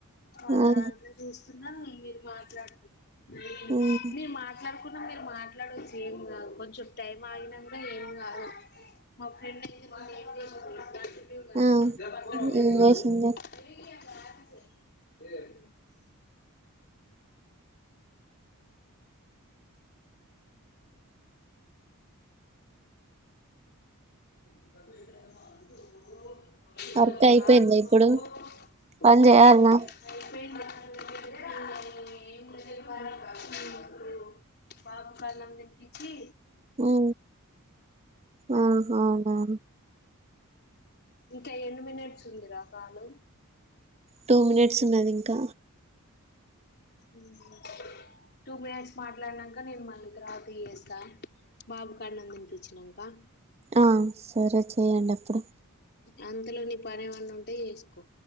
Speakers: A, on the left; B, on the right.
A: వాళ్ళ
B: ఆహా
A: దాంట్లో చూస్తున్నారు మీరు మాట్లాడుతు <unintelligible>
B: ఉమ్,
A: మేము మాట్లాడు మీరు మాట్లాడవచ్చు ఏం కాదు కొంచెం టైం ఆగిన కూడా ఏం కాదు మా ఫ్రెండ్ అయితే మ <unintelligible>
B: ఆ ఏం చేసింది
A: పది <unintelligible> <inaudible> <unintelligible> <unintelligible>
B: వర్క్ అయిపోయిందా ఇప్పుడు పని చేయాలనా
A: అయిపొయింద <unintelligible> బాబు కన్నం తిని ఇచ్చి
B: ఉ ఆ అవునా
A: ఇంకా ఎన్ని మినిట్స్ ఉందిరా కాలు
B: టూ మినిట్స్ ఉన్నది ఇంకా.
A: ఊ టూ మినిట్స్ మాట్లాడినాక నేను మళ్ళీ తర్వాత ఇ చేస్తాను బాబుకాన్నం తినిపించినంకా
B: ఆ సరే చెయ్యండి అప్పుడు
A: అంతలో నిపనివన్న ఉంటే చేసుకో